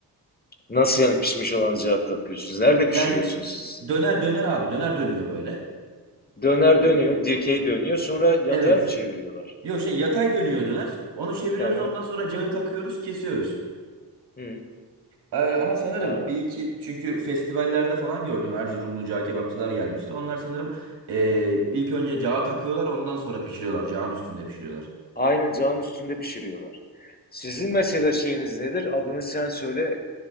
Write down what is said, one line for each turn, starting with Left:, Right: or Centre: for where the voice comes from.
Left: Nasıl yani pişmiş olan cevap takıyorsunuz? Nerede
Right: Yani
Left: pişiriyorsunuz siz?
Right: döner döner abi döner dönüyor böyle.
Left: Döner dönüyor, dikey dönüyor, sonra yatağa
Right: Evet.
Left: mı çeviriyorlar?
Right: Yok şey yatay dönüyor döner. Onu çeviriyoruz
Left: Tamam.
Right: ondan sonra cağı takıyoruz kesiyoruz.
Left: Hı.
Right: Ee, ama sanırım
Left: Ha.
Right: bir iki çünkü festivallerde falan gördüm Erzurumlu cağ kebapçılar gelmişti. Onlar sanırım ee, ilk önce cağı takıyorlar ondan sonra pişiriyorlar. Cağın üstünde pişiriyorlar.
Left: Aynen cağın üstünde pişiriyorlar. Sizin mesela şeyiniz nedir? Adını sen söyle.